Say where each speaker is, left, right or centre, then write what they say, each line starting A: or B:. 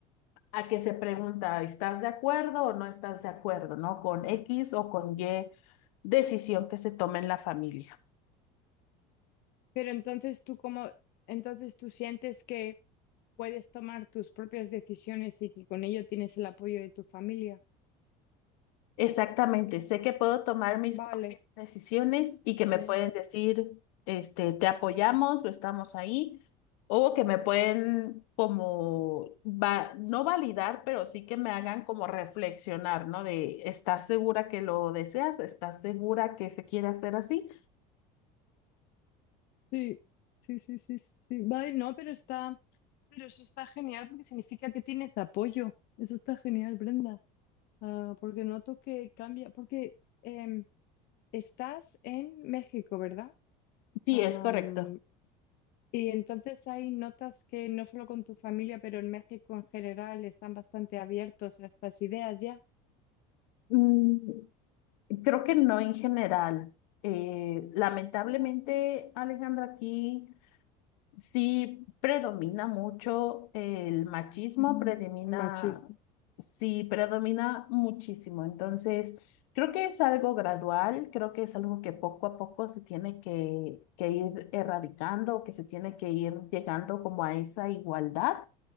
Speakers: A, on the left; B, on the left.
A: a que se pregunta, ¿estás de acuerdo o no estás de acuerdo, ¿no? Con X o con Y decisión que se tome en la familia.
B: Pero entonces tú cómo, entonces tú sientes que puedes tomar tus propias decisiones y que con ello tienes el apoyo de tu familia.
A: Exactamente, sé que puedo tomar mis
B: Vale,
A: propias decisiones y que me
B: genial.
A: pueden decir, este, te apoyamos o estamos ahí, o que me pueden como, va, no validar, pero sí que me hagan como reflexionar, ¿no? De, ¿estás segura que lo deseas? ¿Estás segura que se quiere hacer así?
B: Sí, sí, sí, sí, sí. Vale, no, pero está. Pero eso está genial porque significa que tienes apoyo. Eso está genial, Brenda. Ah, porque noto que cambia, porque em, estás en México, ¿verdad?
A: Sí,
B: Am,
A: es correcto.
B: y entonces ahí notas que no solo con tu familia, pero en México en general están bastante abiertos a estas ideas ya.
A: Mm, Creo que no en general. Eh, lamentablemente,
B: Ah,
A: Alejandra, aquí sí predomina mucho el machismo,
B: mm,
A: predomina,
B: al machismo.
A: sí predomina muchísimo. Entonces, creo que es algo gradual, creo que es algo que poco a poco se tiene que, que ir erradicando, que se tiene que ir llegando como a esa igualdad.